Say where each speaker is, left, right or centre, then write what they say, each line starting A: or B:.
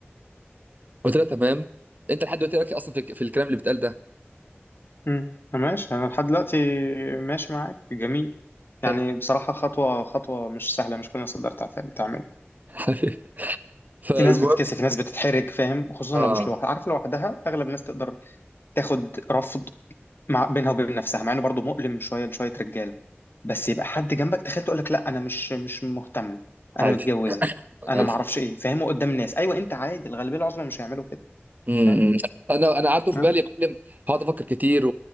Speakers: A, on the right; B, on the left.
A: قلت لها تمام انت لحد دلوقتي راكي اصلا في, في الكلام اللي بيتقال ده
B: مم. ماشي انا لحد دلوقتي ماشي معاك جميل
A: حلو
B: يعني بصراحه خطوه خطوه مش سهله مش كل الناس تقدر تعمل- تعملها
A: <laughs> فالمهم
B: في ناس بتتكسف في ناس بتتحرج فاهم خصوصا
A: اه
B: لو مش لوحدها عارف لوحدها اغلب الناس تقدر تاخد رفض مع بينها وبين نفسها مع انه برضه مؤلم شويه لشويه رجاله بس يبقى حد جنبك تخيل تقول لك لا انا مش مش مهتمه
A: عادي
B: انا متجوزه انا
A: عادي
B: ما اعرفش ايه فاهمه قدام الناس ايوه انت عادي الغالبيه العظمى مش هيعملوا كده
A: امم
B: فاهم
A: انا انا قعدت في
B: ها؟
A: بالي يا معلم هقعد افكر كتير